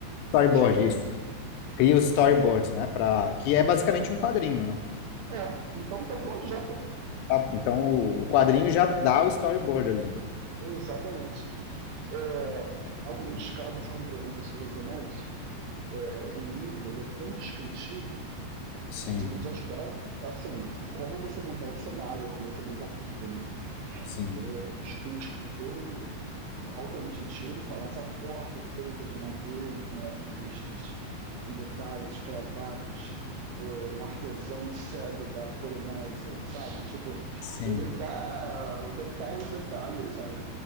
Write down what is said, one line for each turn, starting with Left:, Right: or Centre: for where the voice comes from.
Left: Storyboard,
Right: Storyboard.
Left: isso. Cria os storyboards, né? Pra, que é basicamente um quadrinho, né?
Right: É, então tá pronto já, pô.
Left: Tá? Então o, o quadrinho já dá o storyboard ali, né?
Right: Exatamente. É, alguns casos, como por exemplo o Senhor dos Anéis, é, o livro ele é tão descritivo
Left: Sim,
Right: que ele já te dá, assim, como você montar o cenário, como você montar tudo, né?
Left: sim,
Right: Porque o, es- o escritor, ele, É altamente antigo ele falar essa porta feita de madeira com arabescos e detalhes cravados por um artesão cego da Polinésia, sabe? Tipo,
Left: sim.
Right: ele dá o detalhe em detalhe, sabe?